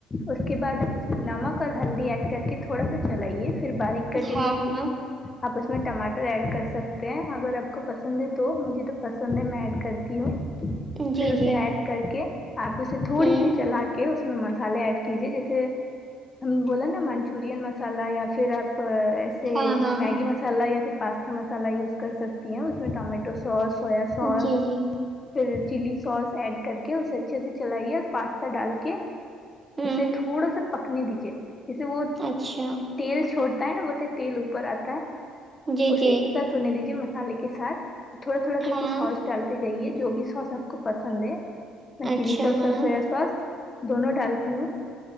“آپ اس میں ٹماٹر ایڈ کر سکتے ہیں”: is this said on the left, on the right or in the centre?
Left